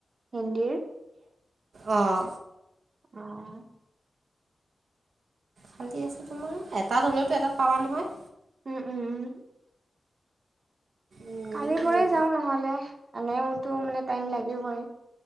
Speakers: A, on the right (about 40°); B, on the right (about 80°).
A: হিন্দীৰ।
B: আহ।
A: অ'।
B: খালি আছো তোমাৰ এটাত হলেওতো এটাত পাবা নহয়।
A: উম, উম, উম।
B: উম,
A: কালিৰ পৰাৰেই যাও নহ'লে আনেওতো মানে টাইম লাগিবই।